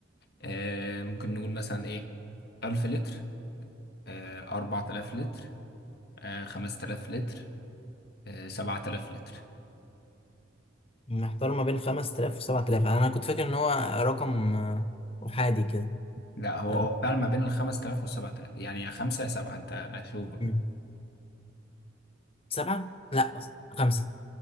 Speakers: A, on the left; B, on the left.
A: آه، ممكن نقول مثلا إيه 1000 لتر آه، 4000 لتر آه، 5000 لتر آه، 7000 لتر
B: محتار ما بين 5000 و7000 انا كنت فاكر ان هو رقم آه، احادي كده
A: لا هو
B: آه،
A: هو فعلا ما بين ال 5000 وال 7000 يعني يا 5 يا 7 أنت شوف بقى
B: مم. سبعة لا خمسة